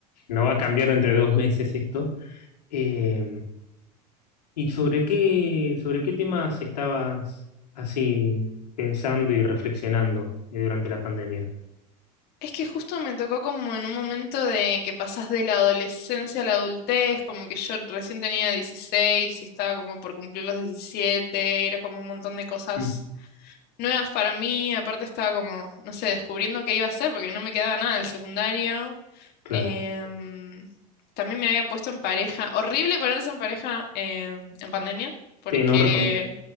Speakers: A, on the left; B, on the left.
A: no va a cambiar entre dos meses esto. Eh, ¿y sobre qué, sobre qué temas estabas así pensando y reflexionando eh, durante la pandemia?
B: Es que justo me tocó como en un momento de que pasás de la adolescencia a la adultez, como que yo recién tenía 16 y estaba como por cumplir los diecisiete era como un montón de cosas
A: Mm,
B: nuevas para mí, aparte estaba como, no sé, descubriendo qué iba a hacer porque no me quedaba nada del secundario.
A: claro,
B: Em, también me había puesto en pareja, horrible ponerse en pareja em, en pandemia, porque...
A: te no recomiendo.